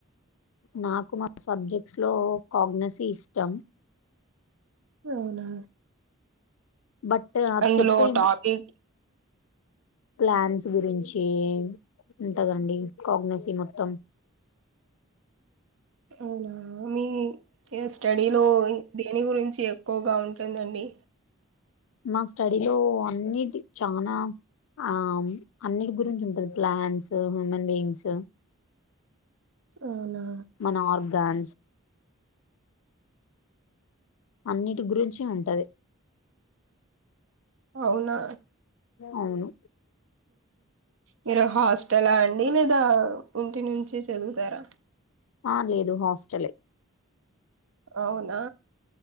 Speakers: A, on the left; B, on the right.
A: నాకు మా సబ్జెక్ట్స్ లో కాగ్నసీ ఇష్టం
B: అవునా
A: బట్ అది
B: అందులో
A: చెప్పే
B: టాపిక్
A: ప్లాన్స్ గురించి ఉంటదండి కాగ్నసి మొత్తం
B: అవునా మీ స్టడీలో దేని గురించి ఎక్కువగా ఉంటుందండి
A: మా స్టడీలో అన్నిటి చనా ఆ అన్నిటి గురించి ఉంటుంది ప్లాంట్స్ హ్యూమన్ బీయింగ్స్
B: అవునా
A: మన ఆర్గన్స్ అన్నిటి గురించి ఉంటది
B: అవునా
A: అవును
B: మీరు హాస్టలా అండి ఇంటి నుంచి చదువుతారా
A: ఆ లేదు హాస్టలే
B: అవునా